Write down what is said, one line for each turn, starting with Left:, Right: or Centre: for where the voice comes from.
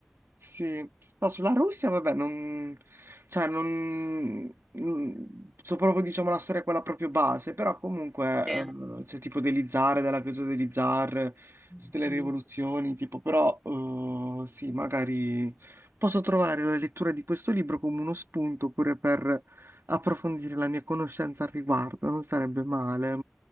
Right: Sì, no, sulla Russia, vabbè, non, cioè, non, non- so proprio, diciamo, la storia quella proprio base, però comunque,
Centre: Sì.
Right: eh, c'è tipo degli zar, della caduta degli zar,
Centre: Mm,
Right: tutte le
Centre: mm.
Right: rivoluzioni, tipo, però, eh, sì, magari posso trovare la lettura di questo libro come uno spunto pure per approfondire la mia conoscenza al riguardo, non sarebbe male.